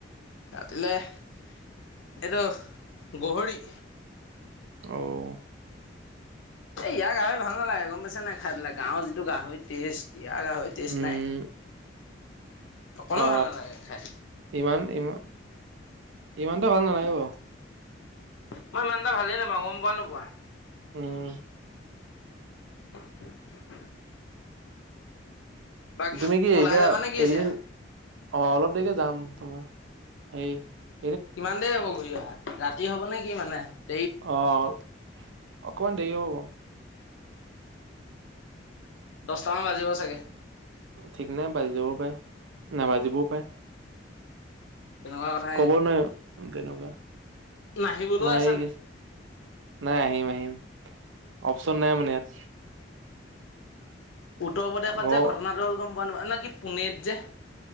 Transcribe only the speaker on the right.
অ'।
উম
অ
ইমান ইমান ইমানটা ভাল নালাগে বাৰু।
উম।
তুমি কি
এতিয়া
এইকেইদিন,
অ' অলপ দেৰিকে যাম। তোমাৰ সেই -
অ', অকমান দেৰি হব বাৰু।
ঠিক নাই বাজি যাবও পাৰে। নেবাজিবও পাৰে।
ক'ব নোৱাৰিম তেনেকুৱা,
তোমাৰ
সেই
- নাই আহিম আহিম, অপচন নাই মানে ইয়াত।
ঘৰ